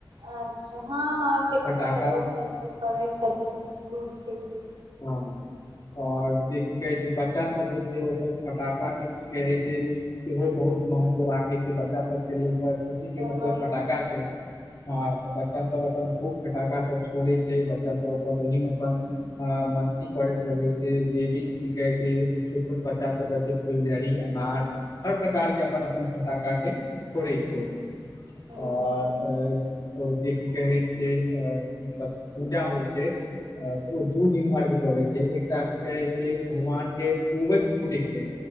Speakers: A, on the right; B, on the left.
A: अच्छा। हँ हँ, कत्ते-कत्ते
B: फटाका
A: लोक जे छै करै छथिन दूधके लिए।
B: हँ। आओर जे की कहै छै ब- बच्चासब होइ छै, ओसब फटाकाके की कहै छै, सेहो बहुत महत्व राखै छै। बच्चा सबके लेल तऽ खुशीके
A: जलबै
B: मतलब फटाका छै। हँ, तऽ बच्चासब अपन खूब फटाकासब छोड़े छै। बच्चासब अपन ओहीमे अपन अ मस्ती करैत रहे छै। जे भी की कहे छै छोट-छोट बच्चासब रहै छै फुलझड़ी, अनार, हर प्रकारके अपन-अपन फटाकाके फोड़ैत
A: हूँ
B: छै।
A: हूँ
B: आर अ अ जे की कहै छै, अ मतलब पूजा होइ छै। अ ओ दू दिन अर्घ्य चढ़ै छै। एकटा की कहै छै भगवानके डूबैत सूर्यके।